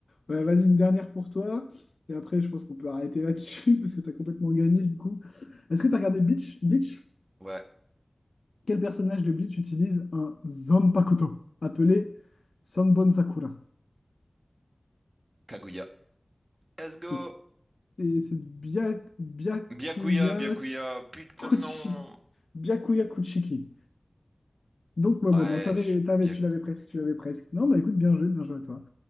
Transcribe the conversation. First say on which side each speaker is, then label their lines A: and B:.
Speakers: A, on the left (about 85°); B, on the right (about 35°).
A: Ouais, vas-y, une dernière pour toi. Et après, je pense qu'on peut arrêter là-dessus <laughs> parce que t'as complètement gagné du coup. Est-ce que t'as regardé Bleach? Bleach?
B: Ouais,
A: Quel personnage de Bleach utilise un Zanpakuto appelé Sanbon Sakura?
B: Kaguya. Let's go!
A: C'est et c'est Bya- Byakuya
B: Byakuya, Byakuya, putain
A: Kuchi-
B: non!
A: Byakuya Kuchiki. Donc, ouais,
B: Ouais,
A: bon, non, t'avais,
B: je-
A: t'avais-
B: Byak-
A: tu l'avais presque, tu l'avais presque. Non, bah écoute, bien joué, bien joué à toi.